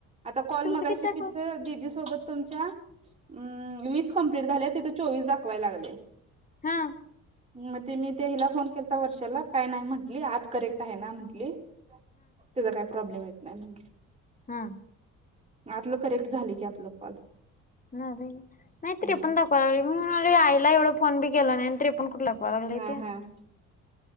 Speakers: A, on the right; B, on the left.
A: आता कॉल
B: तुमचं
A: मगाशी
B: किती दाखव
A: तिथं दिदी सोबत तुमच्या हम्म विस कंप्लीट झाल्यात तिथं चोवीस दाखवाय लागलय
B: हा
A: म ते मी हिला फोन केलाता वर्षाला काय नाही म्हटली आज करेक्ट आहे ना म्हटली. त्यांचा काय प्रॉब्लेम नाही म्हटली.
B: हाअ्ं.
A: आतलं करेक्ट झाले की आपलं कॉल
B: ना नाहीत तरी
A: हम्म
B: पण दाखवाय लाग म आईला फोन बी केला नाही तरी कुठं. लागलय
A: हअ्ं
B: ते
A: हअ्ं.